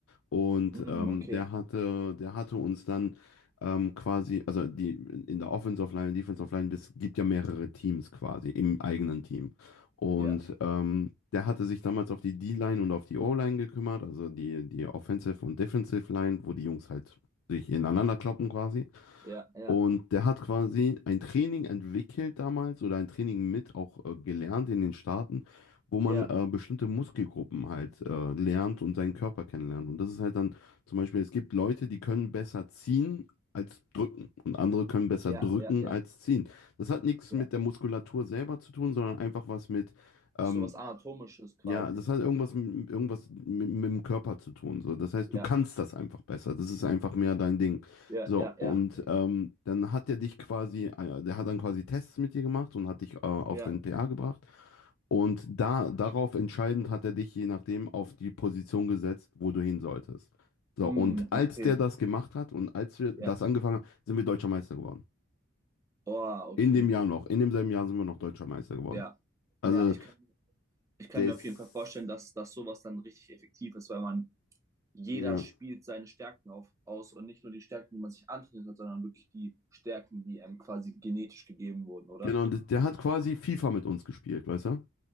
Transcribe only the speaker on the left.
Und
ähm,
der hatte, der hatte uns dann ähm, quasi, also die in der Offensive Line, Defensive Line, es gibt ja mehrere Teams quasi im eigenen Team. Und
ähm, der hatte sich damals auf die D-Line und auf die O-Line gekümmert, also die, die Offensive und Defensive Line, wo die Jungs halt sich ineinander kloppen quasi.
Und der hat quasi ein Training entwickelt damals oder ein Training mit auch äh, gelernt in den Staaten, wo man
äh, bestimmte Muskelgruppen halt äh, lernt und seinen Körper kennenlernt. Und das ist halt dann zum Beispiel, es gibt Leute, die können besser ziehen als drücken und andere können besser
drücken
als ziehen. Das hat nichts
mit der Muskulatur selber zu tun, sondern einfach was mit ähm,
ja, das hat irgendwas, mit irgendwas mit, mit dem Körper zu tun. So. Das heißt,
du kannst das einfach besser. Das ist einfach mehr dein Ding.
So,
und
ähm, dann hat er dich quasi, äh, der hat dann quasi Tests mit dir gemacht und hat dich äh, auf
deinen PA gebracht. Und da, darauf entscheidend hat er dich je nachdem auf die Position gesetzt, wo du hin solltest. So,
und als
der das gemacht hat und als wir das
angefangen haben, sind wir Deutscher Meister geworden.
In
dem Jahr noch. In demselben Jahr sind wir noch Deutscher Meister geworden.
Also,
das.
Ja.
Genau, und der hat quasi FIFA mit uns gespielt, weißt du?